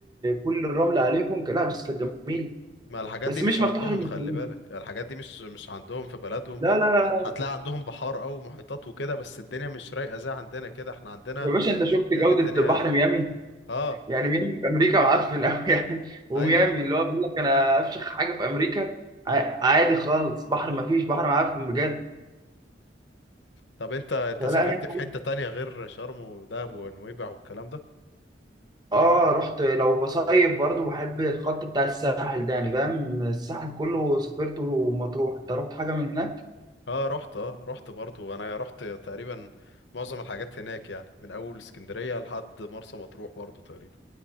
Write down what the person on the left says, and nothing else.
ما الحاجات
دي مش
عندهم
خلي بالك يعني الحاجات دي مش مش عندهم في بلدهم
ه- هتلاقي عندهم بحار او محيطات وكده بس الدنيا مش رايقه زي عندنا كده احنا عندنا
يعني الدنيا
اه
ايوه
طب انت انت
سافرت
في
حتة تانية غير شرم ودهب ونويبع والكلام ده
اه رحت اه رحت برضو انا رحت تقريبا معظم الحاجات هناك يعني من اول اسكندرية لحد مرسى مطروح برضو تقريبا